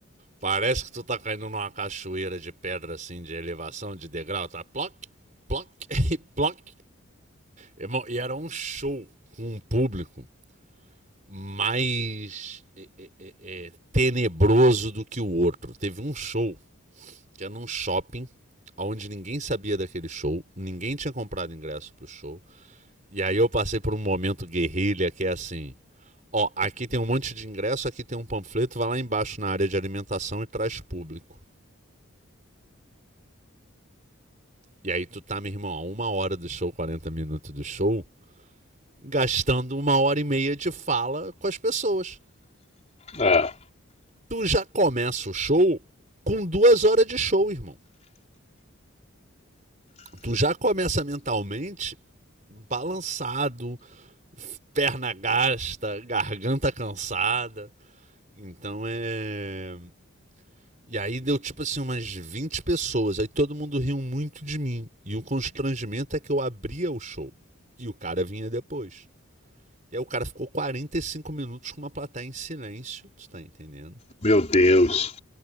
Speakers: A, on the right; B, on the left.
A: Parece que tu tá caindo numa cachoeira de pedra, assim, de elevação, de degrau. Tá ploc, ploc, <laughs> ploc. Irmão, e era um show com um público mais é, é, é, é, tenebroso do que o outro. Teve um show que era num shopping, onde ninguém sabia daquele show, ninguém tinha comprado ingresso pro show. E aí eu passei por um momento guerrilha que é assim: ó, aqui tem um monte de ingresso, aqui tem um panfleto, vai lá embaixo na área de alimentação e traz público. E aí tu tá, meu irmão, a uma hora do show, 40 minutos do show, gastando uma hora e meia de fala com as pessoas.
B: É,
A: tu já começa o show com duas horas de show, irmão. Tu já começa mentalmente balançado, perna gasta, garganta cansada. Então é. E aí deu tipo assim umas 20 pessoas, aí todo mundo riu muito de mim. E o constrangimento é que eu abria o show e o cara vinha depois. E aí o cara ficou 45 minutos com uma plateia em silêncio, tu tá entendendo?
B: meu Deus.